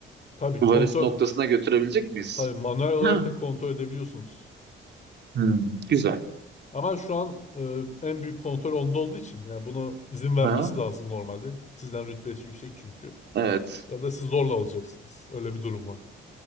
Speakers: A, on the left; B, on the right.
A: Tabii
B: varış
A: kontrol.
B: noktasına götürebilecek miyiz?
A: Tabii manuel olarak
B: Ha.
A: da kontrol edebiliyorsunuz.
B: Hmm, güzel.
A: Ama şu an e, en büyük kontrol onda olduğu için yani bunu izin vermesi
B: Ha,
A: lazım normalde. Sizden rütbesi yüksek çünkü.
B: evet.
A: Ya da siz zorla alacaksınız. Öyle bir durum var.